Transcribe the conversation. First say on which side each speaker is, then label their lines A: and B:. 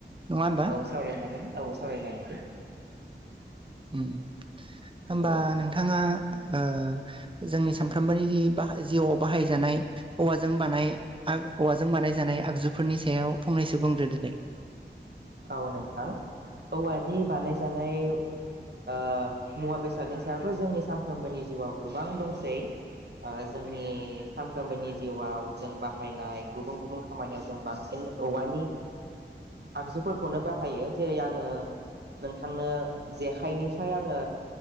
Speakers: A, on the right (about 25°); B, on the right (about 60°).
A: नङा होमबा
B: औ सावराय जागोन औ सवराय जागोन।
A: उम होमबा
B: औ
A: नोंथाङा ओ जोंनि ओ सानफ्रोमबोनि जिउआव बाहायजानाय औवाजों बानाय आग औवाजों बानाय जानाय आगजुफोरनि सायाव फंनैसो बुंग्रोदो दे <inaudible>
B: औ नोंथां औवानि बानायजानाय ओ मुवा बेसादनि सायावथ' जोंनि सानफ्रोमबोनि जिउआव गोबां दंसै आओ जोंनि सानफ्रोमबोनि जिउआव जों बाहायनाय गुबुन गुबुन खामानियाव जों बांसिन औवानि आगजु फोरखौनो बाहायो जेरै आंङो नोंथांनो जेखाइनिफ्राय आंङो